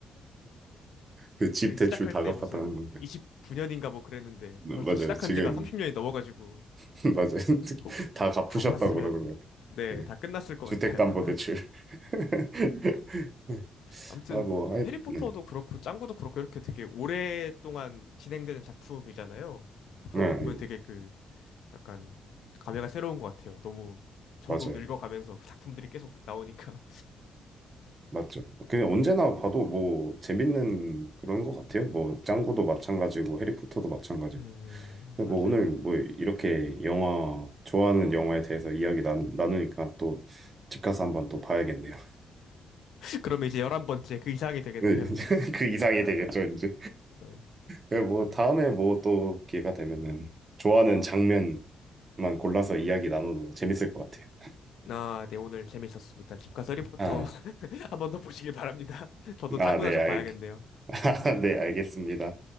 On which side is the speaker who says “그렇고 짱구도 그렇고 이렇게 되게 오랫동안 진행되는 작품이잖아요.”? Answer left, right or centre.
Left